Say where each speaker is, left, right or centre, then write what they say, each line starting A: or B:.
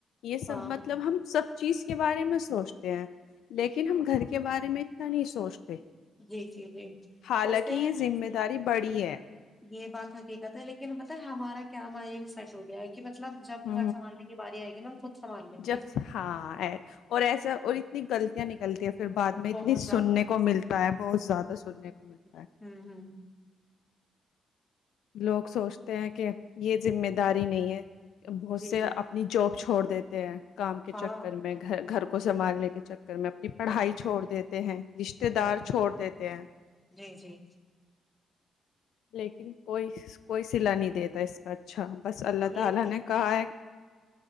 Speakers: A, on the left; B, on the left.
A: یہ سب
B: ہاں
A: مطلب ہم سب چیز کے بارے میں سوچتے ہیں لیکن ہم گھر کے بارے میں اتنا نہیں سوچتے
B: جی جی جی
A: حالانکہ
B: سوچتے
A: یہ
B: ہیں
A: ذمہ داری پڑھی ہے
B: یہ بات حقیقت ہے لیکن بتہے ہمارا کیا مائنڈ سیٹ ہو گیا ہے کہ مطلب جب
A: ہ
B: گھر سنبھالنے کی باری آئے گی نا ہم خود سنبھال لیں گے
A: جب ہاں اور ایسا اور اتنی غلطیاں نہیں چلتی ہے پھر بعد میں اتنی
B: بہت زیادہ
A: سننے کو ملتا ہے بہت زیادہ سننے کو ملتا ہے
B: ہوں ہوں
A: لوگ سوچتے ہیں کہ یہ ذمہ داری نہیں ہے بہت سے
B: جی جی
A: اپنی جاب چھوڑ دیتے <inaudible> کام کے
B: ہاں
A: چکر میں گ گھر کو سنبھالنے
B: ہوں
A: کے چکر میں اپنی پڑھائی
B: ہاں
A: چھوڑ دیتے ہیں رشتے
B: جی
A: دار چھوڑ دیتے ہیں
B: جی جی
A: لیکن کوئی کوئی سلا نہیں دیتا اس کا اچھا بس اللہ تعالی
B: یہ تو
A: نے کہا ہے